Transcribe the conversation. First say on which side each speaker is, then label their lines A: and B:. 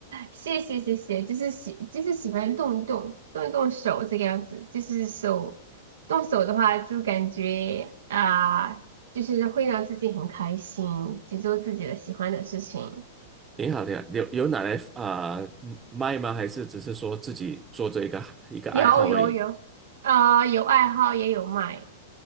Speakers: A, on the right; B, on the right.
A: 谢谢谢谢，就是喜就是喜欢动一动动一动手这个样子，就是手动手的话，就感觉啊、就是会让自己很开心，去做自己的喜欢的事情。
B: 挺好，挺好。有有拿来啊、嗯卖吗？还是只是说自己做这一个一个爱好而已？
A: 有有有，啊、有爱好也有卖，